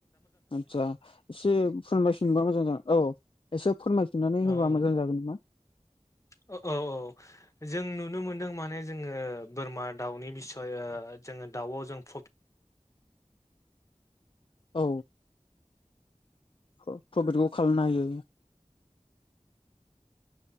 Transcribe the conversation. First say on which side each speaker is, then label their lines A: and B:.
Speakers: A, on the left; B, on the left.
A: आतसा एसे फोरानबाय सनोबा मोजां जागोन औ एसे <inaudible> होबा
B: औ
A: मोजां जागोन नामा
B: औ औ औ जों नुनो मोनदों माने जोङो बोरमा दाउनि बिसय जोङो दाउआव जों प्रफिट
A: औ प्रफिटखौ खालामनो हायो